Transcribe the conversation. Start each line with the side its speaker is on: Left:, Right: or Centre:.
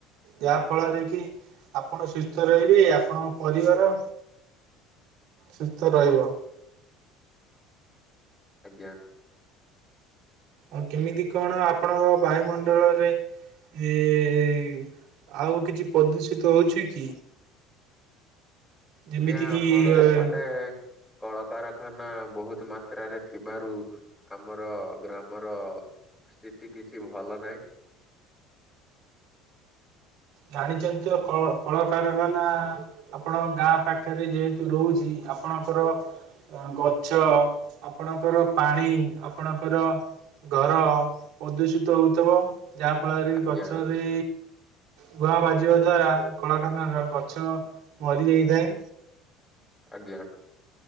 Right: ଯାହା ଫଳରେ କି ଆପଣ ସୁସ୍ଥ ରହିବେ ଆପଣଙ୍କ ପରିବାର ସୁସ୍ଥ ରଇବ।
Centre: ଆଜ୍ଞା।
Right: ଆଉ କେମିତି କଣ ଆପଣଙ୍କ ବାୟୁମଣ୍ଡଳରେ ଏ-ଇ-ଆଉ କିଛି ପଦୂଷିତ ହୋଉଛି କି? ଯେମିତି
Centre: ଆଜ୍ଞା ଆମର
Right: କିି
Centre: ଏପଟେ କଳକାରଖାନା ବୋହୁତ୍ ମାତ୍ରାରେ ଥିବାରୁ ଆମର ଗ୍ରାମର ସ୍ଥିତି କିଛି ଭଲ ନାହିଁ।
Right: ଜାଣିଚନ୍ତି ତ କଳ କଳକାରଖାନା ଆପଣଙ୍କ ଗାଁ ପାଖେରେ ଯେହେତୁ ରୋହୁଛି ଆପଣଙ୍କର ଅଁ ଗଛ ଆପଣଙ୍କର ପାଣି ଆପଣଙ୍କର ଗର ପଦୂଷିତ ହୋଉଥୁବ ଯାହା ଫଳରେ
Centre: ଆଜ୍ଞା
Right: ଗଛରେ ଧୂଆଁ ବାଜିବା ଦ୍ୱାରା କଳଖାନାର ଗଛ ମରିଯାଇଥାଏ।
Centre: ଆଜ୍ଞା।